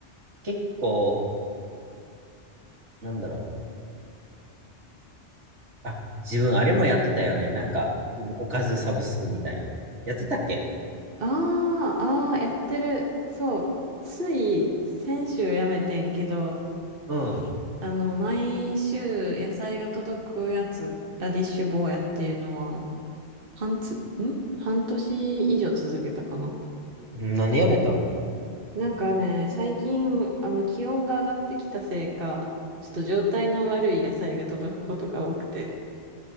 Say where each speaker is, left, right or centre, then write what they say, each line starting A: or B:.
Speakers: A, on the right; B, on the right.
A: 結構、なんだろう。あ、自分あれもやってたよね。なんか、うんおかずサブスクみたいな。やってたっけ
B: ああ、ああ、やってる。そう。つい先週やめてんけど、
A: うん。
B: あの、毎週野菜が届くやつ、ラディッシュ坊やっていうのは、半つ、ん半年以上続けたかな。
A: 何やめたの
B: なんかね、最近、あの、気温が上がってきたせいか、ちょっと状態の悪い野菜が届くことが多くて。